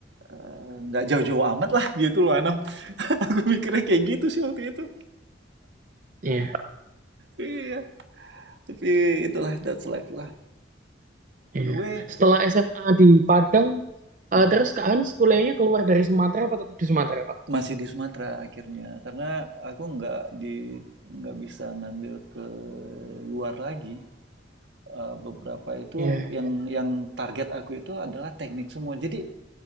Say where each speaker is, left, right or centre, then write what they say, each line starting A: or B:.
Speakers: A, on the right (about 70°); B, on the right (about 45°).
A: eh, nggak jauh-jauh amat lah gitu loh Anam. <laughs> Aku mikirnya kayak gitu sih waktu itu.
B: iya,
A: Iya. Tapi itulah that's life lah. By
B: iya.
A: the way,
B: Setelah SMA
A: hmm,
B: di Padang,
A: mhm.
B: eh, terus Kak Hans kuliahnya keluar dari Sumatera apa tetap di Sumatera Kak?
A: masih di Sumatera akhirnya karena aku nggak di nggak bisa ngambil ke luar lagi. Eh, beberapa itu
B: Iya,
A: yang
B: iya.
A: yang target aku itu adalah teknik semua. Jadi